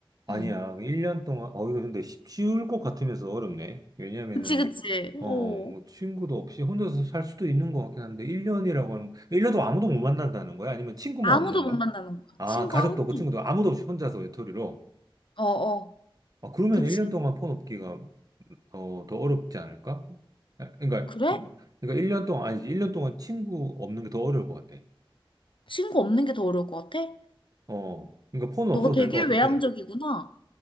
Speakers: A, on the right; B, on the left.
A: 아니야.
B: 응.
A: 1년 동안 어 이거 근데 쉽- 쉬울 것 같으면서 어렵네. 왜냐면은
B: 그치, 그치. 어.
A: 어뭐 친구도 없이 혼자서 살 수도 있는 것 같긴 한데 1년이라고 하는 1년도 아무도 못 만난다는 거야? 아니면 친구만
B: 아무도
A: 없는 거야?
B: 못 만나는 거야.
A: 아,
B: 친구
A: 가족도
B: 아무도.
A: 없고 친구도 아무도 없이 혼자서 외톨이로.
B: 어, 어.
A: 아, 그러면
B: 그치.
A: 1년 동안 폰 없기가 어, 더 어렵지 않을까? 아, 그러니까
B: 그래?
A: 뭐, 그러니까 1년 동안 아니지. 일 년 동안 친구 없는 게 더 어려울 것 같아.
B: 친구 없는 게 더 어려울 것 같아?
A: 어. 그러니까 폰은
B: 너가
A: 없어도
B: 되게
A: 될 것 같은데
B: 외향적이구나.